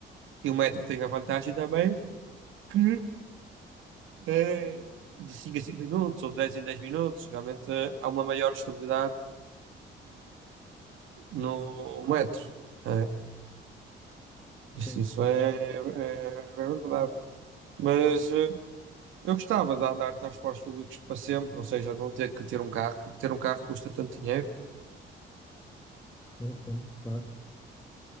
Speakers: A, on the right; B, on the left.
A: e o metro tem a vantagem também que é de 5 a 5 minutos ou de 10 em 10 minutos, realmente eh, há uma maior estabilidade no metro. É,
B: Sim,
A: isso, isso é, é, é verdade. Mas eh, Eu gostava de andar de transportes públicos para sempre, ou seja, não ter que ter um carro, porque ter um carro custa tanto dinheiro.
B: sim, sim, claro.